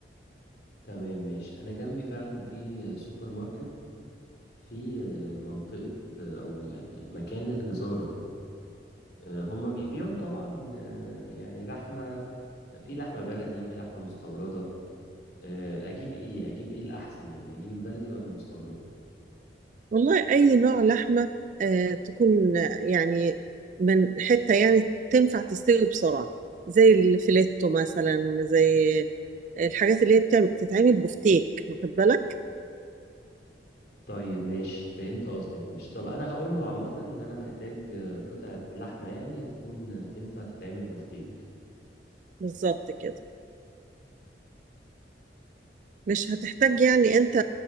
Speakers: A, on the left; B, on the right.
A: تمام ماشي انا جنبي فعلا في سوبر ماركت في منطقه او يعني مكان للجزاره آه، هما بيبيعوا طبعا آه، يعني لحمة في لحمة بلدي في لحمة مستوردة آه، أجيب إيه أجيب إيه الأحسن يعني أجيب البلدي ولا المستورد
B: والله أي نوع لحمة آه تكون آه، يعني من حتة يعني تنفع تستوي بسرعة زي الفيليتو مثلا زي الحاجات اللي هي بتعم- بتتعمل بفتيك واخد بالك
A: طيب ماشي فهمت قصدك ماشي طب أنا هقول له عامة إن أنا محتاج آه، قطعة لحمة يعني تكون آه، تنفع تتعمل بفتيك
B: بالظبط كده مش هتحتاج يعني انت